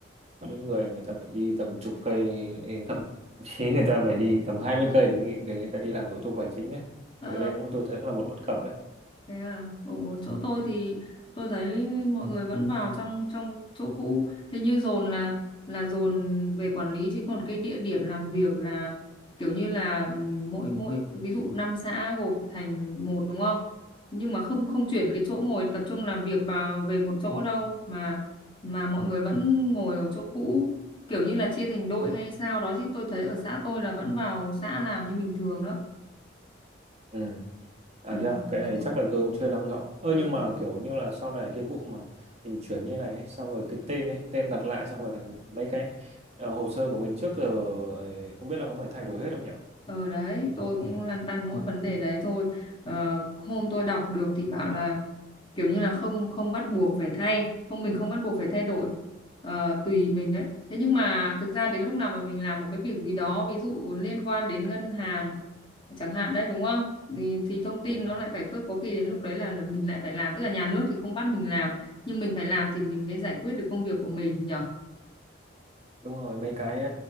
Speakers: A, on the right; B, on the left.
A: có những người người ta phải đi tầm chục cây thậm chí người ta phải đi tầm 20 cây để, nghĩ- để người ta đi làm thủ tục hành chính ấy
B: Ờ,
A: thì cái đây cũng tôi thấy cũng là một bất cập ấy
B: Thế à, ở chỗ tôi thì tôi thấy mọi người vẫn vào trong trong chỗ cũ, hình như dồn là là dồn về quản lý chứ còn cái địa điểm làm việc là kiểu như là ừm, mỗi mỗi ví dụ năm xã gộp thành một đúng không? Nhưng mà không không chuyển cái chỗ ngồi tập trung làm việc vào về một chỗ đâu mà mà mọi người vẫn ngồi ở chỗ cũ, kiểu như là chia thành đội hay sao đó chứ tôi thấy ở xã tôi là vẫn vào xã làm như bình thường đó.
A: ừ. à
B: Ừ,
A: thế à cái này
B: nói chung
A: chắc là tôi cũng chưa nắm rõ ơ
B: ờ,
A: nhưng mà kiểu như là sau này cái vụ mà mình chuyển như này ấy, xong rồi cái tên ấy tên đặt lại xong rồi mấy cái ờ, hồ sơ của mình trước giờ không biết là có phải thay đổi hết không nhỉ
B: Ờ đấy, tôi cũng lăn tăn mỗi vấn đề đấy thôi. Ờ, hôm tôi đọc được thì bảo là kiểu như là không không bắt buộc phải thay, không mình không bắt buộc phải thay đổi, ờ, tùy mình ấy. Thế nhưng mà thực ra đến lúc nào mà mình làm một cái việc gì đó, ví dụ liên quan đến ngân hàng chẳng hạn đấy đúng không? Thì, thì thông tin
A: Ừ.
B: nó lại phải khớp có khi đến lúc đấy là là mình lại phải làm, tức là nhà nước thì không bắt mình làm, nhưng mình phải làm thì mình mới giải quyết được công việc của mình nhở?
A: đúng rồi mấy cái